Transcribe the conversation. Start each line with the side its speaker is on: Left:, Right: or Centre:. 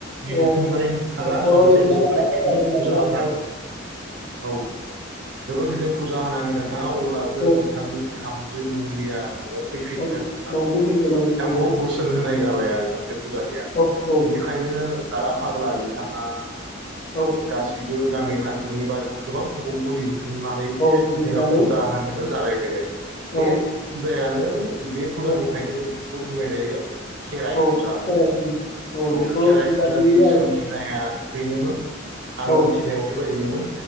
Right: लिंथुमनानै
Left: औ
Right: नोंथाङा
Left: न'खराव
Right: मोनसे
Left: लिंना
Right: जोबोर
Left: लाना
Right: गिदिर
Left: फैनानै
Right: फुजा
Left: माने आरो
Right: होनांगौ औ <unintelligible> बे फुजा होनोगोनां नोंथाङा अब्लासो
Left: औ
Right: नोंथांनि बिहामजो मुंग्लिया न'आव फैफिनगोन
Left: औ
Right: होननानै
Left: न'आव फैफिनगोन औ
Right: बिथांखौ
Left: नंगौ
Right: बोसोन होनाय जाबाय आरो सासे फुजारिया
Left: औ औ
Right: बेनिखायनो दारा फाग्ला बिथाङा
Left: औ औ
Right: गासैबो गामि खाथिनि बारा गोबां सुबुंखौ लिंथुमनानै
Left: औ
Right: बिथाङा
Left: लिंनानै
Right: फुजा होनो जागायजेनो
Left: औ
Right: बे दायानो बे फुजानिफ्रायनो
Left: औ
Right: जों खुब बुंनाय जायो खेराइ
Left: औ
Right: फुजा
Left: बोराय होयो
Right: औ
Left: बेखौ
Right: खेराइ
Left: बेबादिनो
Right: फुजानि
Left: आरो
Right: सोमजिनाया बेनोमोन आं
Left: औ
Right: मोन <inaudible> नायाव बेबायदिनोमोन